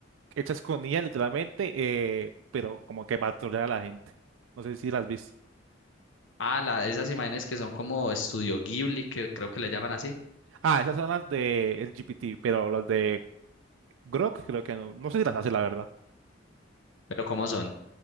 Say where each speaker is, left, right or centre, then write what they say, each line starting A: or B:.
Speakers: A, on the right; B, on the left.
A: hechas con IA literalmente, eh, pero como que para trolear a la gente. No sé si las viste.
B: Ah, la, esas imágenes que son como estudio Ghibli, que creo que le llaman así,
A: Ah, esas son las de el GPT, pero las de Grok creo que no. No sé si las hace, la verdad.
B: pero ¿cómo son?